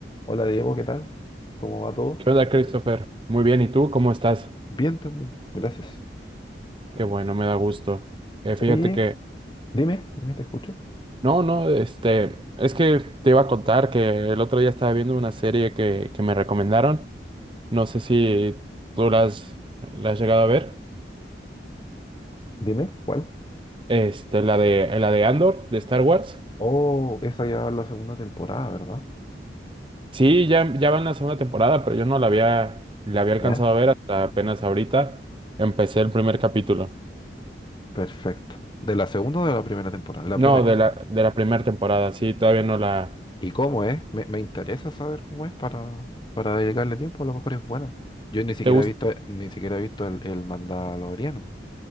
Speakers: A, on the left; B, on the right.
A: Hola Diego, ¿qué tal? ¿Cómo va todo?
B: ¿Qué onda, Christopher? Muy bien, ¿y tú cómo estás?
A: Bien también, gracias.
B: Qué bueno, me da gusto. Eh, fíjate
A: Oye,
B: que,
A: dime, dime, te escucho.
B: no, no, este, es que te iba a contar que el otro día estaba viendo una serie que, que me recomendaron. No sé si tú la has, la has llegado a ver.
A: Dime, ¿cuál?
B: Este, la de, la de Andor, de Star Wars.
A: Oh, esa ya va en la segunda temporada, ¿verdad?
B: Sí, ya, ya va en la segunda temporada, pero yo no la había, la había alcanzado
A: Ya.
B: a ver hasta apenas ahorita. Empecé el primer capítulo.
A: Perfecto. ¿De la segunda o de la primera temporada? De la
B: No,
A: primera.
B: de la, de la primera temporada, sí, todavía no la...
A: ¿Y cómo es? Me, me interesa saber cómo es para, para dedicarle tiempo, a lo mejor es buena. Yo ni siquiera
B: ¿Te gusta?
A: he visto, ni siquiera he visto el, el Mandaloriano.